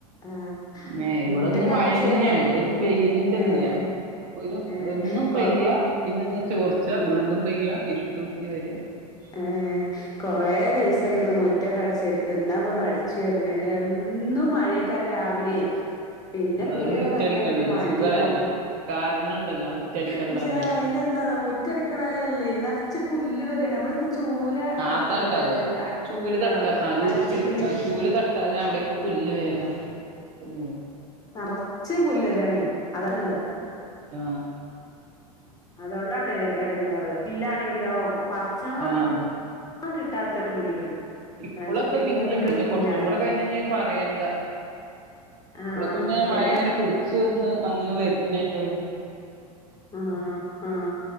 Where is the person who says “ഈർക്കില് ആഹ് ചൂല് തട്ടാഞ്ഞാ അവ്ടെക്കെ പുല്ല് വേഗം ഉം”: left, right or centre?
Right